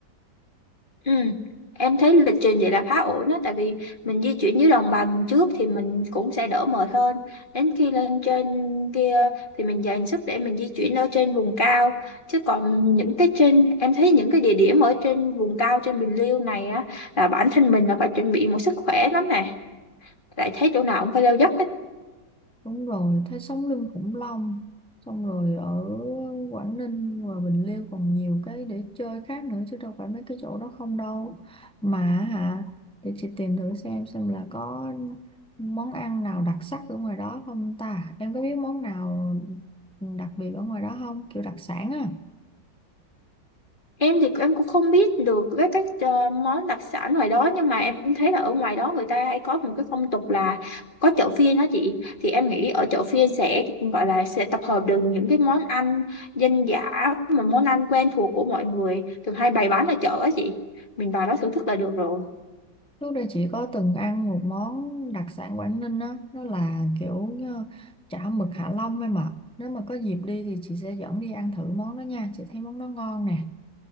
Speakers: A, on the left (about 30°); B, in the centre.
A: Ừ. Em thấy lịch trình vậy là khá ổn đó tại vì mình di chuyển dưới đồng bằng trước thì mình cũng sẽ đỡ mệt hơn đến khi lên trên kia thì mình dành sức để mình di chuyển ở trên vùng cao chứ còn những cái trên em thấy những cái địa điểm ở trên vùng cao trên Bình Liêu này á là bản thân mình là phải chuẩn bị một sức khỏe lắm nè lại thấy chỗ nào cũng phải leo dốc hết
B: đúng rồi thấy sống lưng khủng long xong rồi ở Quảng Ninh và Bình Liêu còn nhiều cái để chơi khác nữa chứ đâu phải mấy cái chỗ đó không đâu mà hả để chị tìm thử xem xem là có món ăn nào đặc sắc ở ngoài đó không ta em có biết món nào đặc biệt ở ngoài đó không kiểu đặc sản á
A: em thì em cũng không biết được với các ờ, món đặc sản ngoài đó nhưng mà em thấy là ở ngoài đó người ta hay có một cái phong tục là có chợ phiên đó chị thì em nghĩ ở chợ phiên sẽ gọi là sẽ tập hợp được những cái món ăn dân dã mà món ăn quen thuộc của mọi người thường hay bày bán ở chợ á chị mình vào đó thưởng thức là được rồi
B: Trước đây chị có từng ăn một món đặc sản Quảng Ninh á, nó là kiểu ờ, chả mực Hạ Long em ạ. Nếu mà có dịp đi thì chị sẽ dẫn đi ăn thử món đó nha, chị thấy món đó ngon nè.